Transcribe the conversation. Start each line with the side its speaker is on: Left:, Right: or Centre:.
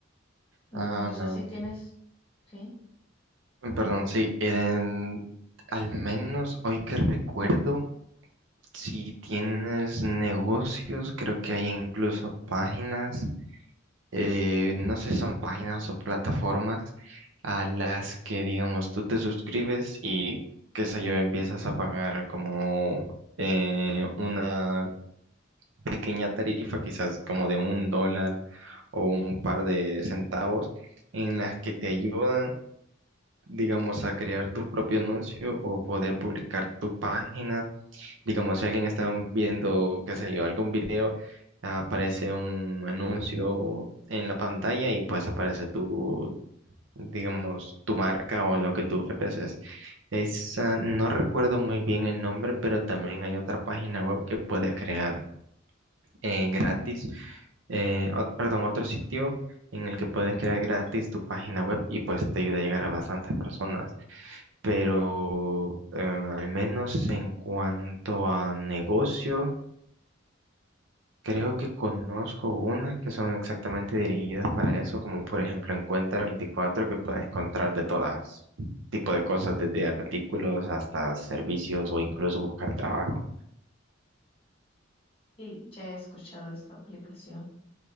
Left: No
Right: Ah, no.
Left: sé si tienes, sí,
Right: Mm, Perdón, sí, en- al menos hoy que recuerdo, si tienes negocios, creo que hay incluso páginas, eh, no sé si son páginas o plataformas a las que, digamos, tú te suscribes y, qué sé yo, empiezas a pagar como eh, una pequeña tarifa, quizás como de un dólar o un par de centavos, en las que te ayudan digamos, a crear tu propio anuncio o poder publicar tu página. Digamos, si alguien está viendo, qué sé yo, algún video, aparece un anuncio en la pantalla y pues aparece tu, digamos, tu marca o lo que tú ofreces. Esa, no recuerdo muy bien el nombre, pero también hay otra página web que puedes crear eh, gratis eh, ot- perdón, otro sitio en el que puedes crear gratis tu página web y pues te ayuda a llegar a bastantes personas pero eh, al menos en cuanto a negocio, creo que conozco unas que son exactamente dirigidas para eso, como por ejemplo en Cuenta 24, que puedes encontrar de todas tipo de cosas, desde artículos hasta servicios o incluso buscar trabajo.
Left: sí, ya he escuchado esta aplicación.